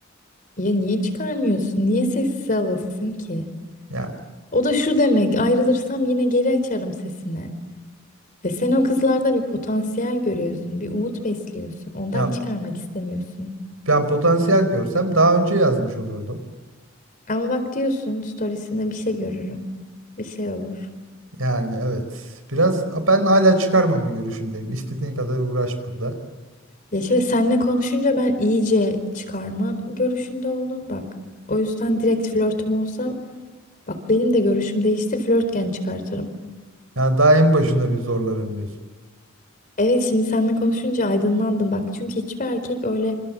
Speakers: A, on the left (about 40°); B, on the right (about 85°).
A: Ya niye çıkarmıyorsun? Niye sessize alasın ki?
B: Yani
A: O da şu demek, ayrılırsam yine geri açarım sesini. Ve sen o kızlarda bir potansiyel görüyorsun, bir umut besliyorsun. Ondan
B: ya
A: çıkarmak istemiyorsun.
B: ben potansiyel görsem daha önce yazmış olurdum.
A: Ama bak diyorsun, storiesinde bir şey görürüm. Bir şey olur.
B: Yani evet. Biraz ben hala çıkarmama görüşündeyim. İstediğin kadar uğraş burada.
A: Ya şöyle seninle konuşunca ben iyice çıkarma görüşünde oldum bak. O yüzden direkt flörtüm olsa, bak benim de görüşüm değişti, flörtken çıkartırım.
B: Ya daha en başında bir zorlarım diyorsun.
A: Evet şimdi seninle konuşunca aydınlandım bak. Çünkü hiçbir erkek öyle